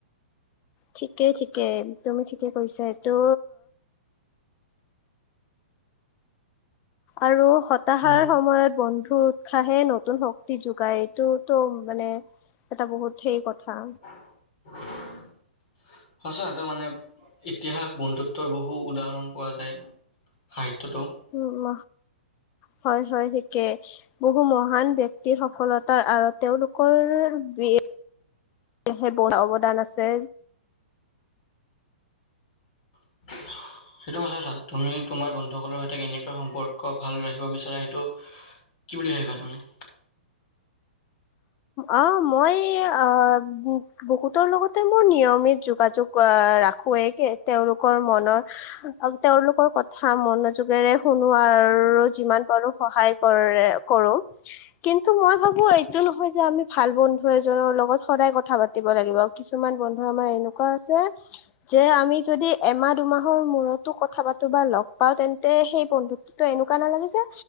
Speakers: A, on the left; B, on the left.
A: ঠিকেই-ঠিকেই তুমি ঠিকে কৈছা এইটো আৰু হতাহাৰ
B: উম
A: সময়ত বন্ধু উৎসাহে নতুন শক্তি যোগায় এইটোতো মানে এটা বহুত হেই কথা।
B: <inaudible> সঁচা টো মানে ইতিহাস বন্ধুত্বৰ বহু উদাহৰণ পোৱা যায়। সাহিত্যটো
A: উম ম হয়-হয় ঠিকে। বহু মহান ব্যক্তিৰ সফলতা আৰত তেওঁলোকৰ বি শেষ অৱদা-অৱদান আছে।
B: <inaudible> সেইটো সঁচা কথা। তুমি তোমাৰ বন্ধুসকলৰ সৈতে কেনেকৈ সম্পৰ্ক ভাল ৰাখিব বিচাৰা সেইটো কি বুলি ভাবিবা তুমি?
A: অ মই আ বহুতৰ লগত তোমাৰ নিয়মিত যোগাযোগ আহ ৰাখোৱেই। কে তেওঁলোকৰ মনৰ অ, তেওঁলোকৰ কথা মনোযোগেৰে শুনো আৰু যিমান পাৰোঁ সহায় কৰে। কৰোঁ, কিন্তু মই ভাবো এইটো নহয় যে আমি ভাল বন্ধু এজনৰ লগত সদায় কথা পাতিব লাগিব। কিছুমান বন্ধু আমাৰ এনেকুৱা আছে যে, আমি যদি এমাহ দুমাহৰ মূৰতো কথা পাতো বা লগ পাওঁ, তেন্তে সেই বন্ধু টো এনেকুৱা নালাগে যে,